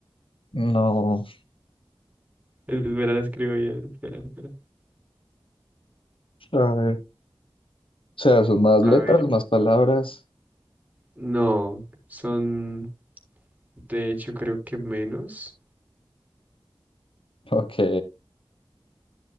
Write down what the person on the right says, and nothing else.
Espera, lo escribo bien. Espera, espera.
A
ver.
No, son de hecho creo que menos.